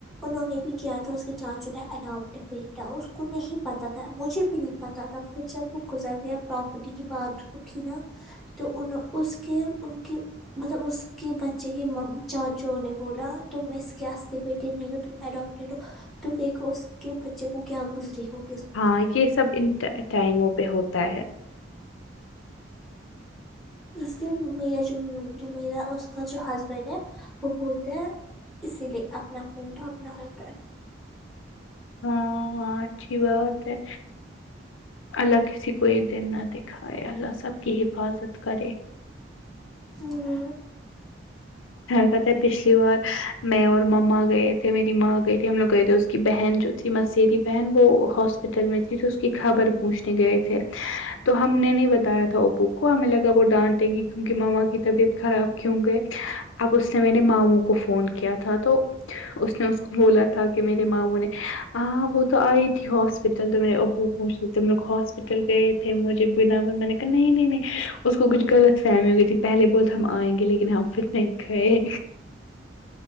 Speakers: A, in the centre; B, on the left.
A: انہوں نے بھی کیا تھا اس کے جچ ہے اڈاپٹ بیٹا اس کو نہیں پتا تھا مجھے بھی نہیں پتا تھا پھر جب وہ گزر گیا پراپرٹی کی بات اٹھی نا تو انوں اس کہ ان کی مطلب اس کے بچے کے چاچو نے بولا تم اس کے ہستے بیٹے نہیں تمڈٹی ہو تم دیکھو اس کے بچے کو کیا گزری ہو
B: ہاں یہ سب ان ٹائموں پہ ہوتا ہے
A: اس لیے میرا جو میرا اس کا جو ہسبینڈ ہے وہ بولتے ہیں اسی لیے اپنا خون تو اپنا ہوتا ہے
B: ہاںاں اچھی بات ہے اللہ کسی کوئی دن نہ دے ائے اللہ سب کی حفاظت کرے
A: ہمم
B: کہ تھا پچھلی بار میں اور مما گئے تھے میری ماں گئی تھی ہم لوگ گئے تھے اس کی بہن جو تھی مسیری بہن وہ ہاسپٹل میں تھی تو اس کی خبر پوچھنے گئے تھے تو ہم نے نہیں بتایا تھا وہ بک کو ہمیں لگا وہ ڈانٹیں گے کیونکہ ماما کی طبیعت خراب کیوں گئے اب اس نے میں نے ماموں کو فون کیا تھا تو اس نے اس کو بولا تھا کہ میرے ماموں نے ہاں وہ تو آئی تھی ہاسپٹل تو میرے ابو مھے تم لوگ ہاسپٹل گئے تھے مجھے بنا پر میں نے کہا نہیں نہیں نہیں اس کو کچھ غلط فہمی ہو گئی تھی پہلے بہت ہم آئیں گے لیکن ہم پھر نہیں کھے